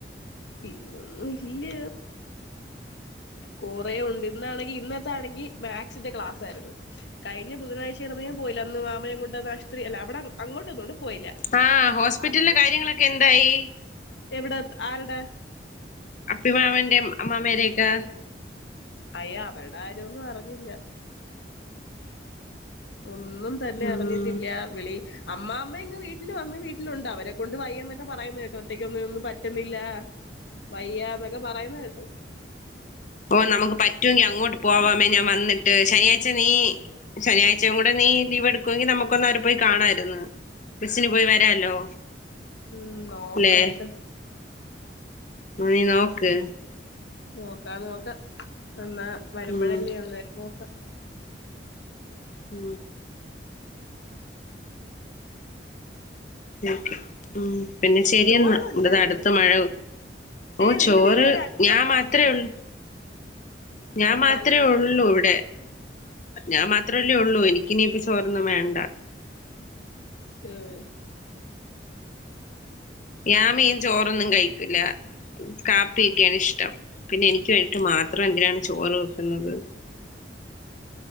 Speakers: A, on the left; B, on the left.
A: പിന്നൊന്നും ഇല്ല കുറെ ഉണ്ട് ഇന്നാണെങ്കിൽ ഇന്നത്തെ ആണെങ്കി മാത്സിന്റെ ക്ലാസ് ആയിരുന്നു കഴിഞ്ഞ ബുധനാഴ്ചയാണ് അ പോയി അന്ന് മാമനെ കൊണ്ടന്ന ആശുത്രി അല്ല അവി അങ്ങോട്ടന്നണ്ട് പോയില്ല
B: ആ ഹോസ്പിറ്റലിലെ
A: അത്
B: കാര്യങ്ങളൊക്കെ എന്തായി
A: എവിട ആരുടെ
B: അപ്പിമാവൻ്റെ അമ്മാ മേരൊക്കെ
A: അയ്യ അവരുടെ ആാര്യൊന്നും അറിഞ്ഞില്ല ഒന്നും തന്നെ
B: ഉം
A: അറിഞ്ഞിട്ടില്ല വിളി അമ്മമ്മാമ്മ ഇങ്ങ് വീട്ടിൽ വന്ന് വീട്ടിലുണ്ട് അവരെ കൊണ്ട് വയ്യ എന്നൊക്കെ പറയുന്നു കേട്ടു ഒറ്റക്ക് കിന്നെ ഒന്നും പറ്റ്ണില്ല വയ്യ എന്നൊക്കെ പറയുന്ന കേട്ടു
B: ഓ നമുക്ക് പറ്റുങ്കി അങ്ങോട്ട് പോവാവമ്മേ ഞാൻ വന്നിട്ട് ശനിയാഴ്ച്ച നീ ശനിയാഴ്ചയും കൂടെ നീ ലീവ് എടുക്കുവെങ്കി നമുക്കൊന്ന് അവര് പോയി കാണായിര്ന്ന് ബസിന് പോയി വരാല്ലോ
A: ഉം നോക്കട്ട്
B: ല്ലെ നീ നോക്ക്
A: നോക്കാ നോക്കാം എന്നാ വരുമ്പോഴല്ലേ
B: ഉം
A: അന്നേരം നോക്കാം
B: ഉ കെ ഉ പിന്നെ ശെരിയെന്നാ
A: ചോറൊക്കെ വെച്ചായിരുന്നോ
B: ഇ ടെട്ത്ത മഴ ഓ
A: ഏയ് നില്ല്
B: ചോറ്
A: നില്ല് ഒരൽപ്പം
B: ഞാൻ
A: കൂടെ
B: മാത്ര ഉള്ളു ഞാൻ മാത്രമേ
A: ഒരൽ
B: ഉള്ളൂ ഇവി പേ ഞാൻ മാത്രല്ലേ ഉള്ളൂ എനിക് നിപ്പോ ചോറോന്നു വേണ്ട
A: ഉം
B: ഞാ മീൻ ചോറൊന്നും കഴിക്കൂല്ല കാപ്പി യിക്കാണ് ഇഷ്ടം പിന്നെ എനിക്ക് വേണ്ടിട്ട് മാത്രം എന്തിനാണ് ചോറ് വെക്കുന്നത്